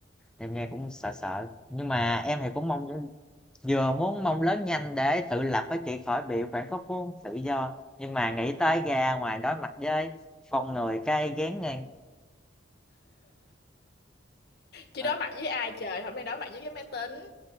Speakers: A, in the centre; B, on the left (about 55°).
A: Em nghe cũng sợ sợ. Nhưng mà em thì cũng mong vừa muốn mong lớn nhanh để tự lập với chị khỏi bị khoảng khúc của tự do. Nhưng mà nghĩ tới ra ngoài đối mặt với con người cay ghén ngang.
B: chị
A: Ờ,
B: đối mặt với ai trời hôm nay đối mặt với cái máy tính